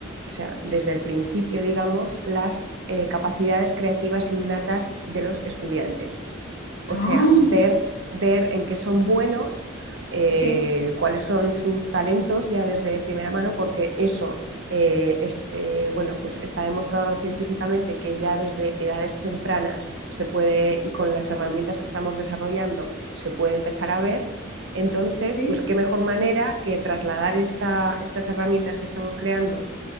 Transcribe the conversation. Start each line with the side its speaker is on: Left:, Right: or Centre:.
Right: o sea, desde el principio, digamos, las eh, capacidades creativas innatas de los estudiantes. O
Left: Ah,
Right: sea, ver, ver en qué son buenos, eh,
Left: sí,
Right: cuáles son sus talentos ya desde primera mano, porque eso eh, es, eh, bueno, pues está demostrado científicamente que ya desde edades tempranas se puede, y con las herramientas que estamos desarrollando, se puede empezar a ver. Entonces,
Left: sí,
Right: pues qué mejor manera que trasladar esta, estas herramientas que estamos creando